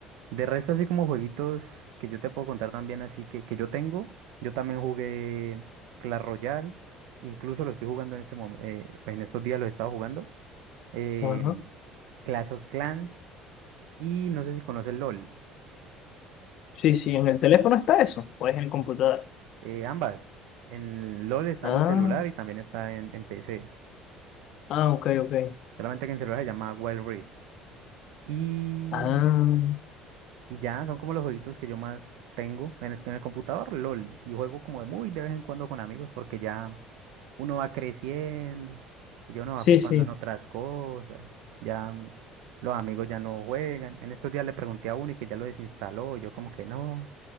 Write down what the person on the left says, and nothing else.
Ajá.
Sí, sí, en el teléfono está eso, o es en el computador.
Ah,
ah, ok, ok.
Ah,
sí,
sí.